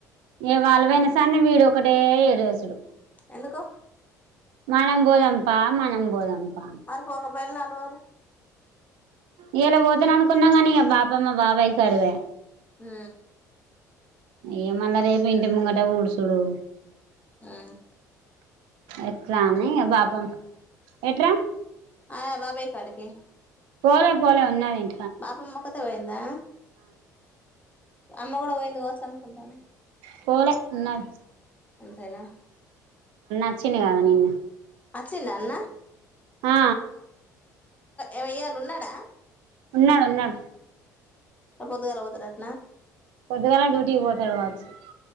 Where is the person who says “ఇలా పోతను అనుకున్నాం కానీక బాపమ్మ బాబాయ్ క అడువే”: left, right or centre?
Right